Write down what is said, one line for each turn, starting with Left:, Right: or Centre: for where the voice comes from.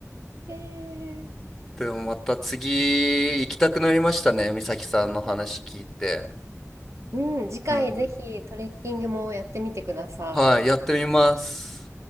Right: <laughs> へえ。
Centre: う。でもまた次行きたくなりましたね。美咲さんの話聞いて。
Right: うん、次回ぜひトレッキングもやってみてください。
Centre: うん。はい、やってみます。